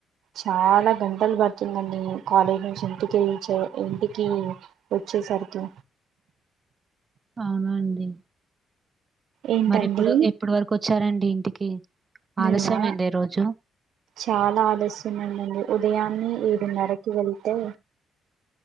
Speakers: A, on the right; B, on the right.
A: చాలా గంటలు గడిచిందండి కాలేజీ నుంచి ఇంటికి చ్ ఇంటికి వచ్చేసరికి తో
B: అవునండి
A: ఏంటండి
B: మరి ఎప్పుడు ఎప్పుడు వరకు వచ్చ వచ్చారండి ఇంటికి ఆలస్యమైందా
A: నేనా
B: ఈ రోజు
A: చాలా ఆలస్యమైందండి ఉదయాన్నే ఏడున్నరకి వెల్తే